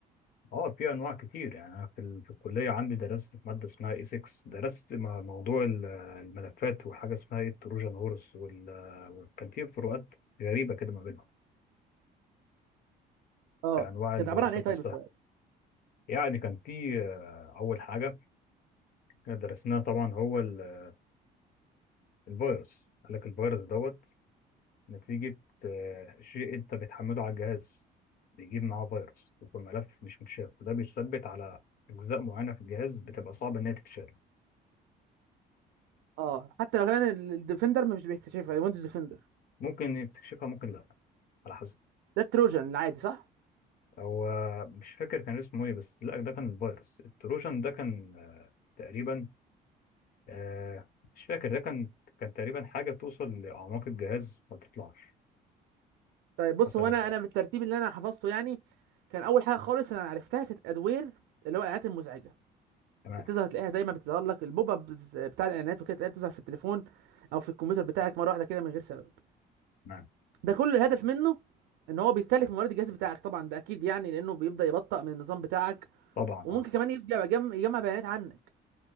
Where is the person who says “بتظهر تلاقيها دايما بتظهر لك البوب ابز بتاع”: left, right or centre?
Right